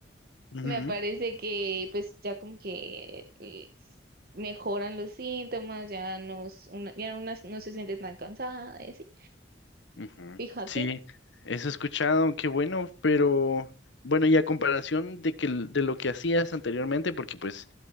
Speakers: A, on the left; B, on the right.
A: ujú.
B: me aparece que pues ya como que eh, mejoran los síntomas, ya no, es una- ya una no se siente tan cansada y así.
A: Ujú.
B: Fíjate,
A: Sí, eso he escuchado, qué bueno, pero bueno, y a comparación de que l- de lo que hacías anteriormente, porque pues